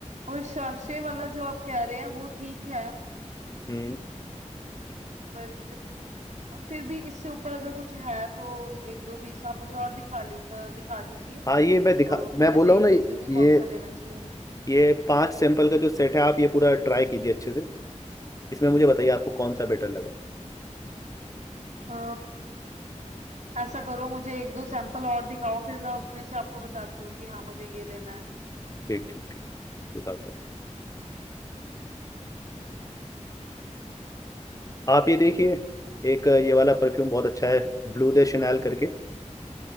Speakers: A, on the right; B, on the left.
A: और शाशे वाला जो आप कह रहे हैं वो ठीक है
B: हम्म
A: बट फिर भी इससे ऊपर अगर कुछ है तो एक दो पीस आप मुझे और दिखा ली अ, दिखा दीजिए
B: हाँ ये मैं दिखा
A: तो
B: मैं
A: फिर मैं
B: बोल
A: देख
B: रहा हूँ ना
A: लेती हूँ कि
B: ये
A: कौन सा लेना चाहिए
B: ये पांच सैंपल का जो सेट है आप ये पूरा ट्राई कीजिए अच्छे से इसमें मुझे बताइए आपको कौन सा बेटर लगा
A: अ, ऐसा करो मुझे एक दो सैंपल और दिखाओ फिर मैं उसमें से आपको बताती हूँ कि हाँ मुझे ये लेना है
B: ठीक ठीक ठीक दिखाता हूँ आप ये देखिए एक ये वाला परफ्यूम बहुत अच्छा है ब्लू दे शनैल करके